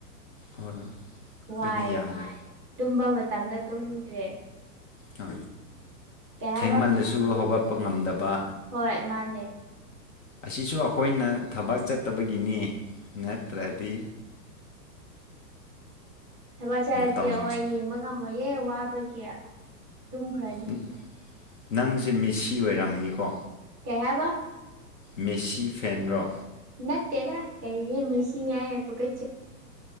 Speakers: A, on the left; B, in the centre.
A: ꯍꯣꯏ ꯑꯩꯈꯣꯏꯗꯤ
B: ꯋꯥꯏ
A: ꯌꯥꯗ꯭ꯔꯦ
B: ꯇꯨꯝꯕ ꯃꯇꯝꯗ ꯇꯨꯝꯗ꯭ꯔꯦ
A: ꯍ
B: ꯀꯩ ꯍꯥꯏꯕ
A: ꯊꯦꯡꯃꯜꯗꯁꯨ ꯍꯧꯒꯠꯄ ꯉꯝꯗꯕ
B: ꯍꯣꯏ ꯃꯥꯅꯦ
A: ꯑꯁꯤꯁꯨ ꯑꯩꯈꯣꯏꯅ ꯊꯕꯛ ꯆꯠꯇꯕꯒꯤꯅꯤ ꯅꯠꯇ꯭ꯔꯗꯤ
B: ꯊꯕꯛ ꯆꯥꯔꯗꯤ
A: ꯃꯇꯝꯁꯦ
B: ꯑꯣ ꯌꯦꯡꯕ ꯉꯝꯃꯣꯏꯍꯦ ꯋꯥꯕꯒꯤ ꯇꯨꯝꯈ꯭ꯔꯅꯤ
A: ꯎꯝ ꯅꯪꯁꯦ ꯃꯤꯁꯤ ꯑꯣꯏꯔꯝꯅꯤꯀꯣ
B: ꯀꯩꯍꯥꯏꯕ
A: ꯃꯦꯁꯤ ꯐꯦꯟ꯭ꯔꯣ
B: ꯅ ꯇꯦꯗꯥ ꯀ ꯃꯤꯁꯤ ꯌꯥ ꯇ ꯀ